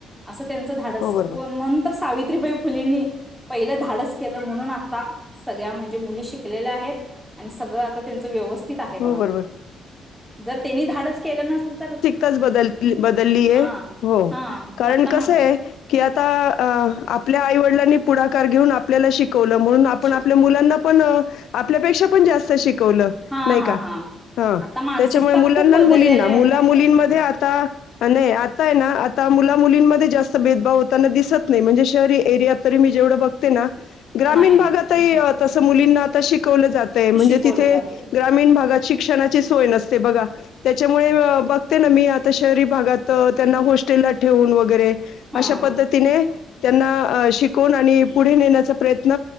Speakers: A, in the centre; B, on the left (about 75°).
A: असं त्याचं धाडस
B: हो बरोबर
A: म्हणून तर सावि सावित्रीबाई फुलेंनी पहिलं धाडस केलं म्हणून आता सगळ्या म्हणजे मुली शिकलेल्या आहेत, आणि सगळं आता त्यांच व्यवस्थित स्थित आहे
B: हो
A: बघा.
B: बरोबर
A: जर त्यांनी धाडच केलं नसतं तर
B: कच बदललीय.
A: हा
B: हो
A: हा
B: कारण
A: आता मान
B: कस आहे कि आता आपल्या आईवडिलांनी पुढाकार घेऊन आपल्याला शिक शिकवलं म्हणून आपण
A: शिकवते
B: आपल्या मुलांना पण आपल्यापेक्षा पण जास्त शिकवलं. नाही
A: हा हा
B: का
A: हा
B: हा.
A: आता मानसिकता
B: त्याच्यामुळे मुलांना
A: खूप बदललेली
B: अन मुलींना.
A: आहे
B: मुला मुलींमध्ये
A: हा
B: आता नाही आता आहे ना आता मुला मुलींमध्ये जास्त भेदभाव होताना दिसत नाही, म्हणजे शहरी एरियात तरी मी जेवढं बघते ना. ग्रामीण
A: नाही नाही
B: भागातही
A: नाही
B: तस मुलींना शिक शिकवलं जातय म्हणजे
A: शिकवलं
B: तिथे
A: जाते
B: भागात शिक्षणाची सोय नसते बघा. त्याच्यामुळे बघते ना मी, आता शहरी भागात तर त्यांना हॉस्टेलला ठेवून वगैरे अशा
A: हा
B: पद्धतीने त्यांना शिकवून आणि पुढे नेण्याचा प्रयत्न